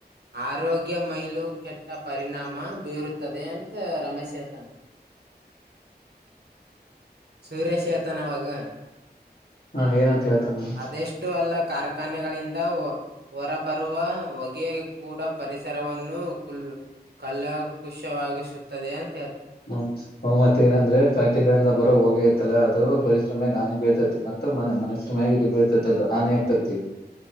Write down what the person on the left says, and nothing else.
ಹಾ ಏನಂತ ಹೇಳ್ತ ನಾ
ಹ್ಮ್ ಹ್ ಮತ್ತೆ ಏನಂದ್ರೆ ಫ್ಯಾಕ್ಟ್ರಿಗಳಿಂದ ಬರೋ ಹೋಗೇ ಇಐತ್ತಲ್ಲ ಅದು
ಪರಿಸಶ್ರಮೆಗೆ ಹಾನಿ ಬೀಳ್ತದೆ ಮತ್ತ ಮ ಎಷ್ಟ ಮ್ಯಗ ಇ ಬೀತದದು ಹಾನ ಆಗ್ತತಿ